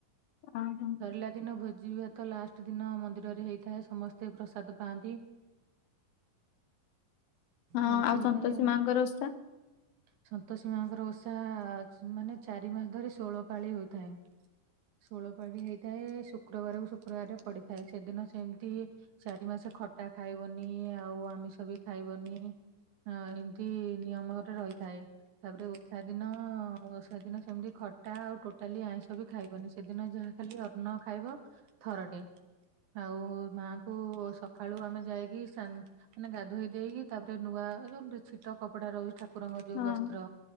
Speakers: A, on the left; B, on the right.
A: ଅ ହଁ।
B: ସରିଲା ଦିନ ଭୋଜିଭାତ ଲାଷ୍ଟ୍ ଦିନ ମନ୍ଦିରରେ ହେଇଥାଏ ସମସ୍ତେ ପ୍ରସାଦ ପାଆନ୍ତି।
A: ହଁ
B: ଏମିତି
A: ଆଉ
B: ହେଇଥାଏ
A: ସନ୍ତୋଷୀ ମାଙ୍କର ଓଷା।
B: ସନ୍ତୋଷୀ ମାଙ୍କର ଓଷା ମାନେ ଚାରି ମାସ ଧରି ଷୋହଳ ପାଳି ହୋଇଥାଏ। ଷୋଳପଳି ହେଇଥାଏ, ଶୁକ୍ରବାରକୁ ଶୁକ୍ରବାରେ ପଡିଥାଏ ସେଦିନ ସେମ୍ତି ଚାରି ମାସେ ଖଟା ଖାଇବନି ଆଉ ଆମିଷ ବି ଖାଇବନି। ହଁ ଏମିତି ନିୟମରେ ରହିଥାଏ। ତାପରେ ଓଷା ଦିନ ଓଷା ଦିନ ସେମିତି ଖଟା ଆଉ ଟୋଟାଲି ଆଇଁଷ ବି ଖାଇବନି, ସେଦିନ ଯାହା ଖାଲି ଅନ୍ନ ଖାଇବ ଥରଟେ। ଆଉ ମାଙ୍କୁ ସକାଳୁ ଆମେ ଯାଇକି ସାନ୍ ମାନେ ଗାଧୋଇ ଦେଇକି ତାପରେ ନୂଆ ଯୋଉ ଛିଟ କପଡା ରହୁଚି ଠା ଠାକୁରଙ୍କ ଯୋଉ
A: ହଁ
B: ବସ୍ତ୍ର